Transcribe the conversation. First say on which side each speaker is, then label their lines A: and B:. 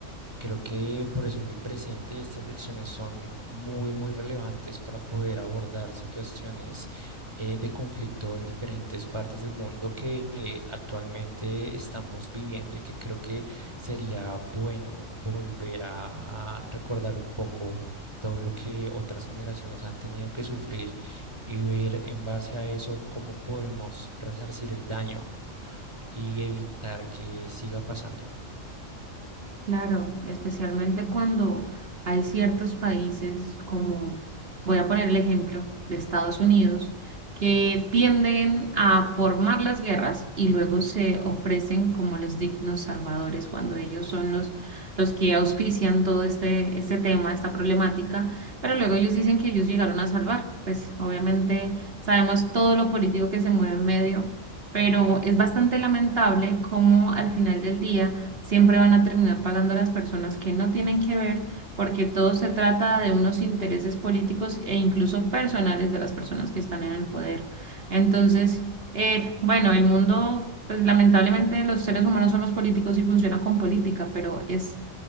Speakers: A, on the right (about 20°); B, on the right (about 45°).
A: Creo que por eso en el presente estas lecciones son muy, muy relevantes para poder abordar situaciones eh, de conflicto en diferentes partes del mundo que eh, actualmente estamos viviendo y que creo que sería bueno volver a recordar un poco todo lo que otras generaciones han tenido que sufrir y ver en base a eso cómo podemos resarcir el daño y evitar que siga pasando.
B: Claro, especialmente cuando hay ciertos países como, voy a poner el ejemplo de Estados Unidos, que tienden a formar las guerras y luego se ofrecen como los dignos salvadores cuando ellos son los, los que auspician todo este, este tema, esta problemática, pero luego ellos dicen que ellos llegaron a salvar. Pues obviamente sabemos todo lo político que se mueve en medio, pero es bastante lamentable cómo al final del día siempre van a terminar pagando a las personas que no tienen que ver, porque todo se trata de unos intereses políticos e incluso personales de las personas que están en el poder. Entonces, eh, bueno, el mundo, pues lamentablemente los seres humanos somos políticos y funciona con política, pero es